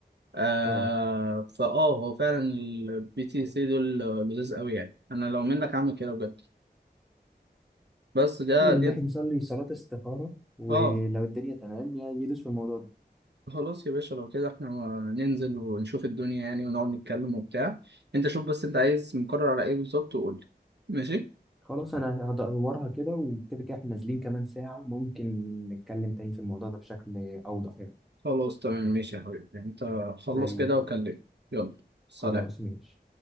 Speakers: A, on the right; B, in the centre.
A: آه
B: اه
A: فاه هو فعلا البي تي سي دول آه، لذيذ قوي يعني انا لو منك اعمل كده بجد بس ده
B: حلو الواحد
A: دي
B: يصلي صلاة استخارة ولو
A: اه
B: الدنيا تمام ي- يدوس في الموضوع ده
A: خلاص يا باشا لو كده احنا ننزل ونشوف الدنيا يعني ونقعد نتكلم وبتاع انت شوف بس انت عايز مقرر على ايه بالظبط وقول لي ماشي
B: خلاص انا هدورها كده وكده كده احنا نازلين كمان ساعة ممكن نتكلم تاني في الموضوع ده بشكل اوضح يعني
A: خلاص تمام ماشي يا حبيبي انت خلص
B: زي
A: كده
B: الفل
A: وكلمني يلا سلام
B: خلاص ماشي